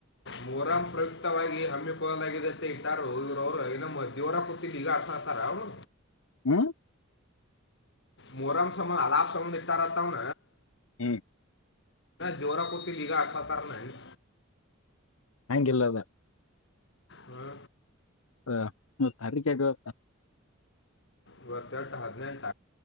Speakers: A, on the left; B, on the left.
A: ಮೊಹರಂ ಪ್ರಯುಕ್ತವಾಗಿ ಹಮ್ಮಿಕೊಳ್ಳಲಾಗಿದೆಂತೆ ಇಟ್ಟಾರು ಅವರು ಇನ್ನ <unintelligible> ತಿರ್ಗ ಈಗ ಅರಸ್ತರಅವ್ರು.
B: ಹ್ಮ
A: ಮೊಹಮ ಸಮಾ ಅಲಬ್ ಸಂಬಧ ಇಟ್ಟರಂತವ.
B: ಹ್ಮ್
A: ದೇವರ ಕೊತ್ತ ಈಗ ಅರಸತರವರೇನು.
B: ಹ್ಯಾಂಗಿಲ್ಲದ.
A: ಹಾ
B: ಹಾ ಮತ್ ಅದ್ದಿಕ್ಕೆ ಯಾಕೆ.
A: ಇವತ್ ಡೇಟ್ ಹದಿನೆಂಟ.